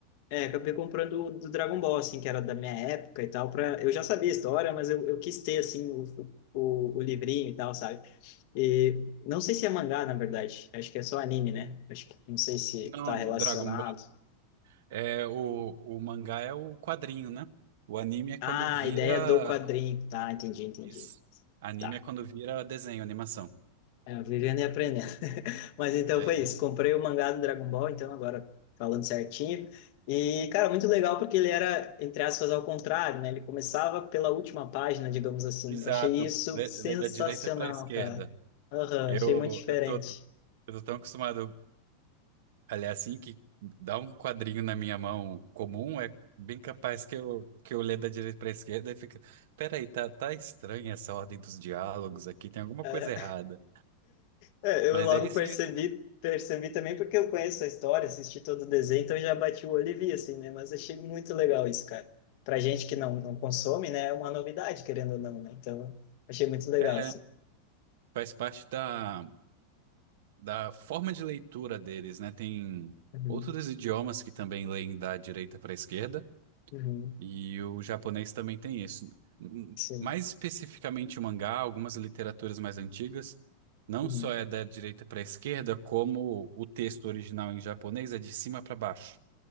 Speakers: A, on the left (about 40°); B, on the right (about 60°).
A: é, acabei comprando o do Dragon Ball, assim, que era da minha época e tal, pra... Eu já sabia a história, mas eu, eu quis ter, assim, o, o, o livrinho e tal, sabe? E não sei se é mangá, na verdade. Acho que é só anime, né? Acho que não sei se
B: Não,
A: tá relacionado.
B: Dragon Ball É, o, o mangá é o quadrinho, né? O anime é quando
A: Ah,
B: vira.
A: a ideia do quadrinho. Tá, entendi, entendi.
B: Isso. Anime
A: Tá.
B: é quando vira desenho, animação.
A: É, vivendo e aprendendo. <laughs> Mas então
B: É,
A: foi isso. Comprei o mangá do Dragon Ball, então agora falando certinho. E, cara, muito legal porque ele era, entre aspas, ao contrário, né? Ele começava pela última página, digamos assim.
B: exato.
A: Eu achei isso
B: Lê
A: sensacional,
B: le- Da direita para a esquerda.
A: cara. Aham,
B: Eu,
A: achei muito diferente.
B: eu tô, eu tô tão acostumado a ler assim que dá um quadrinho na minha mão comum, é bem capaz que eu, que eu ler da direita para a esquerda e fica. Peraí, tá, tá estranha essa ordem dos diálogos aqui, tem alguma
A: É.
B: coisa errada.
A: É, eu
B: Mas
A: logo
B: aí sim.
A: percebi, percebi também porque eu conheço a história, assisti todo o desenho, então eu já bati o olho e vi, assim, né? Mas achei muito legal isso, cara. Pra gente que não, não consome, né? É uma novidade, querendo ou não, né? Então, achei muito legal,
B: É,
A: assim.
B: faz parte da. da forma de leitura deles, né? Tem
A: Uhum,
B: outros idiomas que também leem da direita para a esquerda,
A: uhum,
B: e o japonês também tem isso. Hum,
A: sim.
B: Mais especificamente o mangá, algumas literaturas mais antigas, não
A: Uhum,
B: só é da direita para a esquerda, como o texto original em japonês é de cima para baixo.